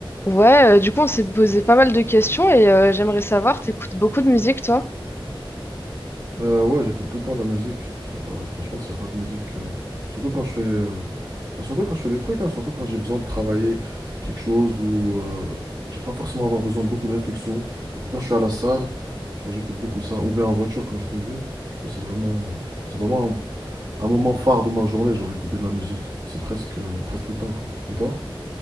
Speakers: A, on the left (about 25°); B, on the right (about 50°).
A: Ouais, euh, du coup, on s'est posé pas mal de questions et euh, j'aimerais savoir, t'écoutes beaucoup de musique, toi?
B: Euh, ouais, j'écoute tout le temps de la musique. Genre, euh, franchement, s'il n'y a pas de musique, euh, surtout quand je fais, euh, bah, surtout quand je fais des trucs, hein, surtout quand j'ai besoin de travailler quelque chose ou euh, je vais pas forcément avoir besoin de beaucoup de réflexion. Ou quand je suis à la salle, genre j'écoute beaucoup ça. Ou bien en voiture quand je conduis. Du coup, c'est vraiment, euh, c'est vraiment un, un moment phare de ma journée, genre écouter de la musique. C'est presque, euh, presque tout le temps, quoi. Et toi?